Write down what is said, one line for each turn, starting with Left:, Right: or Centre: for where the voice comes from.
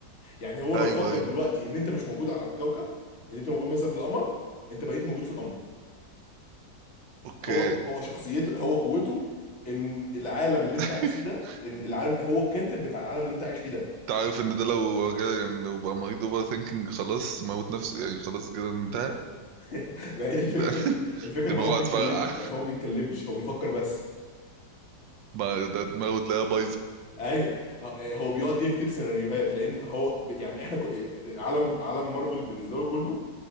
Left: يعني هو
Right: ايوه
Left: لو فكر
Right: ايوه
Left: دلوقتي ان انت مش موجود على الكوكب ان انت موجود مثلا في القمر انت بقيت موجود في القمر
Right: اوكي
Left: هو هو شخصيته هو قوته ان العالم اللي انت
Right: <laughs>
Left: عايش فيه ده ان العالم هو الكاتب بتاع العالم اللي انت عايش فيه ده
Right: انت عارف ان ده لو جا- يعني لو بقى مريض اوفر ثينكينج خلاص موت نفسه يعني خلاص كده انتهى
Left: <laughs> ما هي الفكره
Right: ده <laughs>
Left: الفكره
Right: دماغه
Left: ان هو ما بيتكلم
Right: هتفرقع
Left: يعني هو ما بيتكلمش هو بيفكر بس
Right: ما ده دماغه تلاقيها بايظه
Left: ايوه ه- هو بيقعد يكتب سيناريوهات لان هو ب- يعني احنا ك- عالم عالم مارفل بالنسبه له كله